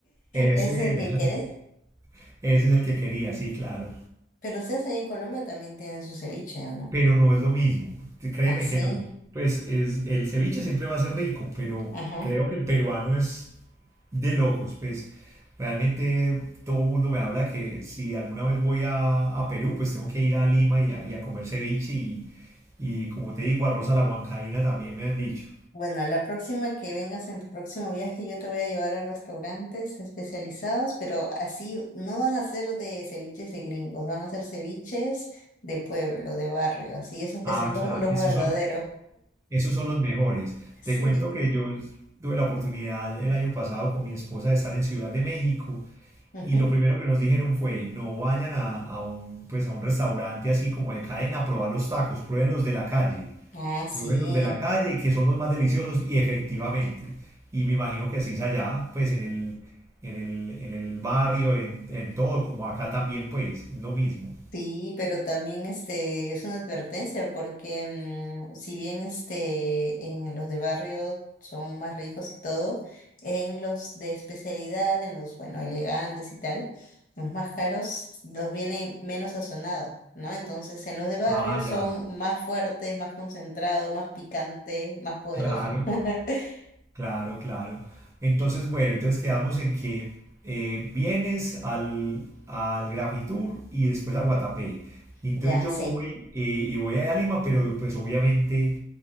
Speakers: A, on the right; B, on the left.
A: Ese
B: ¿Es el
A: era.
B: que quieres?
A: <laughs> Ese es el que quería, sí, claro.
B: Pero ustedes allá en Colombia también tienen su ceviche, ¿o no?
A: Pero no es lo mismo. Créeme
B: Así,
A: que no. Pues es, el ceviche siempre va a ser rico, pero
B: ajá.
A: creo que el peruano es de locos, pues realmente todo el mundo me habla que si alguna vez voy a, a Perú, pues tengo que ir a Lima y a, y a comer ceviche y, y como te digo, arroz a la huancaína también me han dicho.
B: Bueno, la próxima que vengas en tu próximo viaje, yo te voy a llevar a restaurantes especializados, pero así no van a ser de ceviches de gringos, van a ser ceviches de pueblo, de barrio, así, esos que
A: Ah,
B: son los,
A: claro,
B: los
A: esos
B: verdaderos.
A: son, esos son los mejores.
B: Sí.
A: Te cuento que yo tuve la oportunidad el año pasado con mi esposa de estar en Ciudad de México
B: ujú.
A: y lo primero que nos dijeron fue no vayan a, a un, pues a un restaurante así como de cadena a probar los tacos, prueben los de la calle.
B: Ah, sí.
A: Prueben los de la calle, que son los más deliciosos, y efectivamente. Y me imagino que así es allá, pues en el, en el, en el barrio, en, en todo, como acá también, pues, es lo mismo.
B: Sí, pero también este es una advertencia porque mm, si bien este en los de barrio son más ricos y todo, en los de especialidad, en los bueno elegantes y tal, los más caros los vienen menos sazonados, ¿no? Entonces en los de barrio
A: Ah,
B: son
A: ya,
B: más fuertes, más concentrados, más picantes, más poderosos.
A: claro,
B: <laughs>
A: claro, claro. Entonces, bueno, entonces quedamos en que eh, vienes al, al Grafitour y después a Guatapé. Y entonces
B: Ya,
A: yo
B: sí.
A: voy eh, y voy allá a Lima, pero pues obviamente,